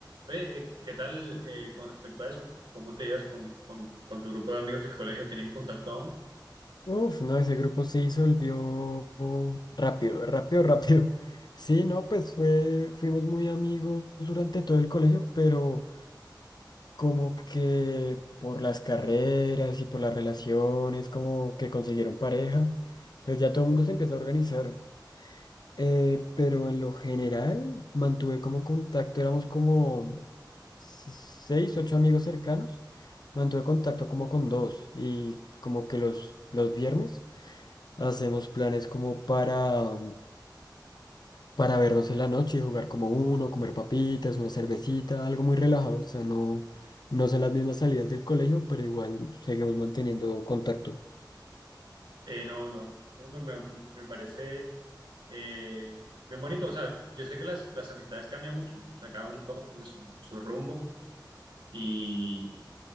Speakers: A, on the right (about 85°); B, on the left (about 60°).
A: Oye, eh, ¿qué tal eh, con respecto a eso? ¿Cómo te llevas con, con- con tu grupo de amigos del colegio? ¿Tienen contacto aún?
B: Uf, no, ese grupo se disolvió rápido, rápido, <laughs> rápido. Sí, no, pues fue, fuimos muy amigos durante todo el colegio, pero como que por las carreras y por las relaciones, como que consiguieron pareja, pues ya todo el mundo se empieza a organizar. Eh, pero en lo general mantuve como contacto, éramos como se- seis, ocho amigos cercanos, mantuve contacto como con dos y como que los, los viernes hacemos planes como para, mm, para vernos en la noche y jugar como uno, comer papitas, una cervecita, algo muy relajado, o sea, no, no son las mismas salidas del colegio, pero igual seguimos manteniendo contacto.
A: Eh, no, no, no, me, me- me parece eh, bien bonito. O sea, yo sé que las, las amistades cambian mucho. O sea, cada uno toma como que su, su rumbo y